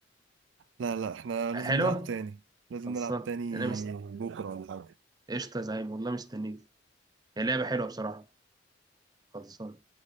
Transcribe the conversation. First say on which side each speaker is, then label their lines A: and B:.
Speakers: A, on the right; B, on the right.
A: لا لا احنا
B: حلو
A: لازم نلعب تاني لازم
B: خلصان
A: نلعب تاني
B: انا مست...
A: بكرة ولا حاجة
B: قشطه يا زعيم والله مستنيك هي لعبه حلوه بصراحه خلصان